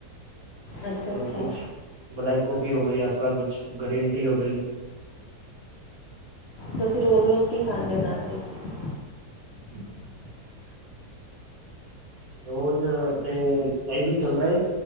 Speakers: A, on the left; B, on the right.
A: ਅੱਛਾ ਅੱਛਾ
B: ਕੁੱਛ ਬਲੈਕ ਕੌਫੀ ਹੋ ਗਈ, ਇਸ ਤਰਾਂ ਕੁਛ ਗਰੀਨ ਟੀ ਹੋ ਗਈ।
A: ਤੁਸੀਂ ਰੋਜ਼ ਰੋਜ਼ ਕੀ ਖਾਂਦੇ ਹੋ? ਨਾਸ਼ਤੇ 'ਚ।
B: <inaudible> ਰੋਜ਼ ਤੇ ਆਹੀ ਹੀ ਚੱਲਦਾ ਏ।